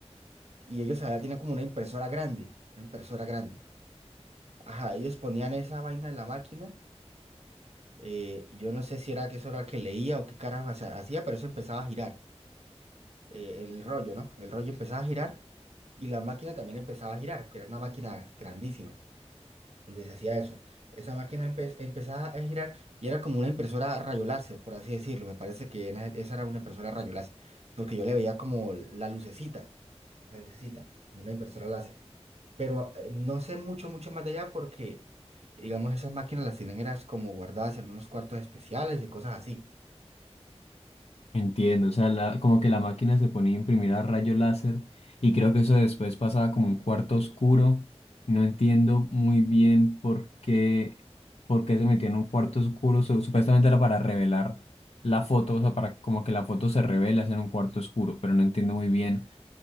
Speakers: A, on the right; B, on the left.
A: Y ellos allá tienen como una impresora grande, una impresora grande. Ajá, ellos ponían esa vaina en la máquina. eh, yo no sé si era que eso era que leía o qué carajo hacia- hacía, pero eso empezaba a girar. eh, el rollo, ¿no? El rollo empezaba a girar y la máquina también empezaba a girar, que era una máquina grandísima, donde se hacía eso. Esa máquina empe- empezaba a girar y era como una impresora a rayo láser, por así decirlo. Me parece que era- esa era una impresora a rayo láser, porque yo le veía como la lucecita, la lucecita, como una impresora láser. Pero eh, no sé mucho, mucho más de allá porque, digamos, esas máquinas las tienen eras como guardadas en unos cuartos especiales y cosas así.
B: entiendo. O sea, la- como que la máquina se ponía a imprimir a rayo láser y creo que eso después pasaba como un cuarto oscuro. No entiendo muy bien por qué, por qué se metió en un cuarto oscuro. Su- Supuestamente era para revelar la foto, o sea, para como que la foto se revela en un cuarto oscuro, pero no entiendo muy bien.